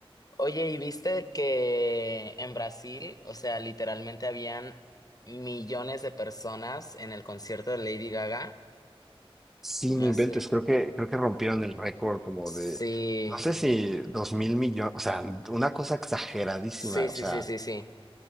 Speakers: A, on the left; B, in the centre.
A: Oye, ¿y viste que en Brasil, o sea, literalmente habían millones de personas en el concierto de Lady Gaga?
B: Sí, no
A: No
B: inventes,
A: sé.
B: creo que, creo que rompieron el récord como
A: Sí,
B: de, no sé si dos mil millones, o sea, una cosa exageradísima,
A: sí, sí,
B: o sea,
A: sí, sí, sí.